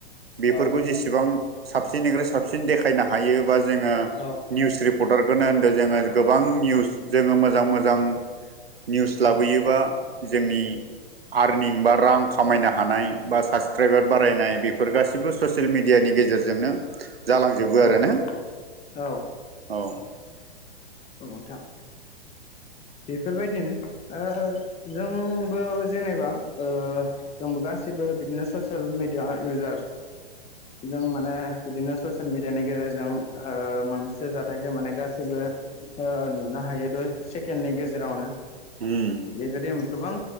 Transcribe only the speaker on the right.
बेफोरखौ
जेसेबां साबसिननिफ्राय साबसिन देखायनो हायोबा जोङो
निउस रिपर्टार <unintelligible> गोबां निवुज जोङो मोजां मोजां निवुस ला लुबैयोबा जोंनि आर्निं बा रां खामायनो हानाय बा साबसक्राइबार बारायनाय बे बे फोर गासिबो ससियेल मिडियानि गेजेरजोंनो जालांजोबो
आरो ना
औ
उम